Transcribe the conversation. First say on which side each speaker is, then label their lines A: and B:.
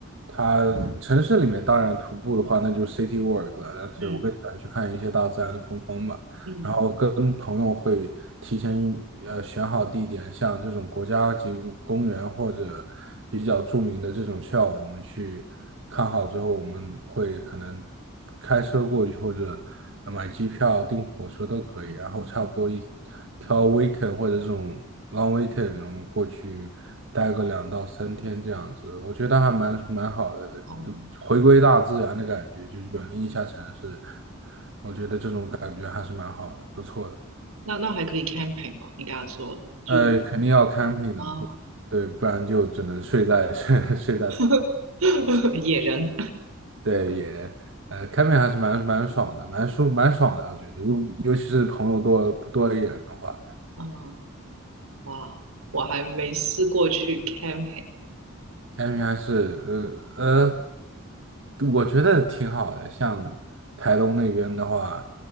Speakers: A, on the right; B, on the right.
A: 它城市里面当然徒步的话，那就是 city walk 了，但是我更喜欢去看一些大自然的风光吧。
B: 嗯嗯
A: 然后跟朋友会提前呃选好地点，像这种国家级公园或者比较著名的这种 trail，我们去看好之后，我们会可能开车过去或者呃买机票、订火车都可以，
B: 嗯
A: 然后差不多一挑 weekend 或者这种 long weekend，我们过去待个两到三天这样子，我觉得还蛮蛮好的，
B: 哦，
A: 就回归大自然的感觉，
B: 嗯
A: 就是远离一下城市。我觉得这种感觉还是蛮好的，不错的。
B: 那那还可以 camping 哦。你刚刚说就
A: 呃，肯定要 camping 的，
B: 啊
A: 不，对，不然就只能睡在 <laughs> 睡睡在草
B: <laughs> 野人
A: 对也呃，camping 还是蛮蛮爽的，蛮舒蛮爽的，我觉得，尤尤其是朋友多多一点的话
B: 啊哇，我还没试过去 camping。
A: ，camping 还是呃呃，我觉得挺好的。像台东那边的话，